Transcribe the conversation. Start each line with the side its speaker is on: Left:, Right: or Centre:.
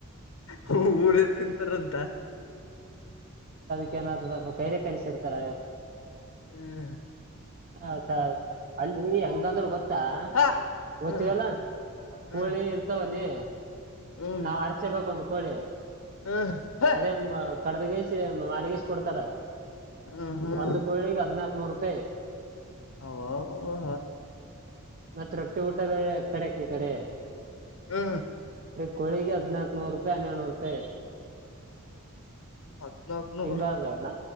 Left: ಹ ಊರ ಚಂತರಂತ
Right: ಏನ್ದ ಕೈಲೆ ಕಾಣಿಸಿಿರ್ತಾರ
Left: ಹ್ಮ
Right: ಹ ಅಲ್ಲಿ ಹೆಂಗಂದ್ರ ಗೊತ್ತಾ
Left: ಹಾ
Right: ಗೊತವಲ್ಲ
Left: ಹ್ಮ್ ಹ್ಮ್
Right: ಹೋಳಿ ಇರ್ತಾವಲ್ಲಿ
Left: ಹ್ಮ್
Right: ನಾವ್ ಅರ್ಚೆ ಬ ಬಂದ್ಕೋೊಳ್ಳಿ
Left: ಹ್ಮ್ ಹೇ
Right: ಅದೇ ಕಡ್ದಗಸ ಮಾಡಗಸ ಕೊಡ್ತಾರ
Left: ಹ್ಮ್ ಹ್ಮ್
Right: ಒಂದು್ ಕೋಳಿಗೆ ಹದ್ನಾಕ್ ನೂರು ರೂಪಾಯಿ
Left: ಅವ್ವವ್ವ
Right: ಮತ್ತ ರೊಟ್ಟಿ ಊಟ ಬೆೆ ಕಡೆಕ ಕಡೆ
Left: ಹ್ಮ್
Right: ಕೋಳಿಗೆ ಹದ್ನಾಾಕ ನೂರು ರೂಪಾಯಿ ಹನ್ನೆಳ್ನೂ ರೂಪಾಯಿ
Left: ಹದ್ನಾಕ್ ನೂರ್
Right: ಹಿಂಗದಣ